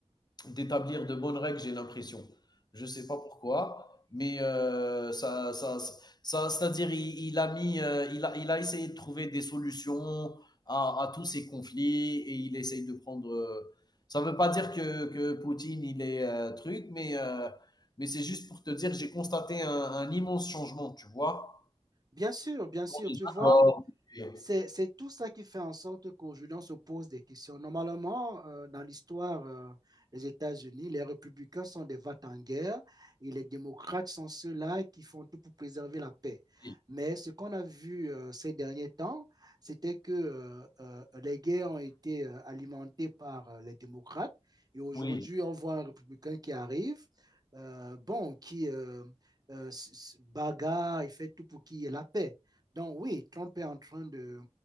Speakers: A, on the left; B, on the right.
A: d'établir de bonnes règles, j'ai l'impression. Je sais pas pourquoi, mais euh, ça, ça, ça, c'est-à-dire il, il a mis, euh, il a, il a essayé de trouver des solutions à, à tous ces conflits et il essaye de prendre. euh, ça veut pas dire que, que Poutine il est euh, truc, mais euh, mais c'est juste pour te dire, j'ai constaté un, un immense changement, tu vois.
B: Bien sûr, bien sûr,
A: dans les
B: tu vois,
A: accords. Et-
B: C'est, c'est tout ça qui fait en sorte qu'aujourd'hui, on se pose des questions. Normalement, euh, dans l'histoire euh, des États-Unis, les républicains sont des vats en guerre et les démocrates sont ceux-là qui font tout pour préserver la paix.
A: et-
B: Mais ce qu'on a vu euh, ces derniers temps, c'était que euh, euh, les guerres ont été euh, alimentées par euh, les démocrates et aujourd'hui,
A: oui.
B: on voit un républicain qui arrive, euh, bon, qui euh, euh, s- s- bagarre, il fait tout pour qu'il y ait la paix. Donc oui, Trump est en train de,